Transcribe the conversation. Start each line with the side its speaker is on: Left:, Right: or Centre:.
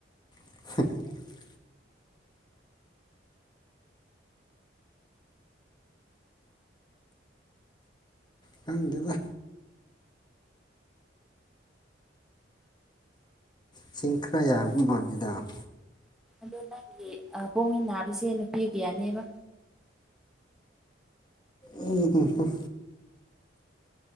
Left: <inaudible> ꯈꯪꯗꯦꯗ ꯏꯁꯤꯡꯈꯔ ꯌꯥ ꯃꯕꯤꯗ <inaudible>
Centre: ꯑꯗꯣ ꯅꯪꯒꯤ ꯑꯥ ꯄꯣꯛꯃꯤꯟ ꯅꯥꯕꯁꯦ ꯅꯨꯄꯤꯀꯥꯌꯥꯅꯦꯕ
Left: ꯎꯝ ꯎꯝ